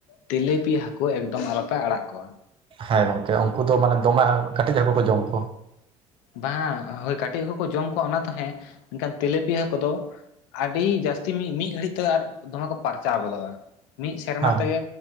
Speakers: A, on the left; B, on the right.
A: ᱛᱤᱞᱮᱯᱤ ᱦᱟᱹᱠᱩ ᱮᱠᱫᱚᱢ ᱟᱞᱚᱯᱮ ᱟᱲᱟᱜ ᱠᱚᱣᱟ᱾
B: ᱦᱮᱸ ᱜᱚᱝᱠᱮ ᱩᱱᱠᱩ ᱫᱚ ᱢᱟᱱᱮ ᱫᱚᱢᱮ ᱠᱟᱹᱴᱤᱡ ᱦᱟᱠᱩ ᱠᱚ ᱡᱚᱢ ᱠᱚᱣᱟ᱾
A: ᱵᱟᱝ ᱦᱳᱭ ᱠᱟᱹᱴᱤᱡ ᱦᱟᱠᱚ ᱠᱚ ᱡᱚᱢ ᱠᱚᱣᱟ ᱚᱱᱟ ᱛᱚ ᱦᱮ ᱢᱮᱱᱠᱷᱟᱱ ᱛᱤᱞᱟᱹᱯᱤ ᱦᱟᱠᱚ ᱫᱚ ᱟᱹᱰᱤ ᱡᱟᱹᱥᱛᱤ ᱢᱤᱫ ᱜᱷᱟᱹᱲᱤᱡ ᱛᱮ ᱟᱨ ᱫᱚᱢᱮ ᱠᱚ ᱯᱟᱨᱪᱟᱣ ᱜᱚᱫᱚᱜ-ᱟ᱾ ᱢᱤᱫ ᱥᱮᱨᱢᱟ
B: ᱦᱮᱸ
A: ᱛᱮᱜᱮ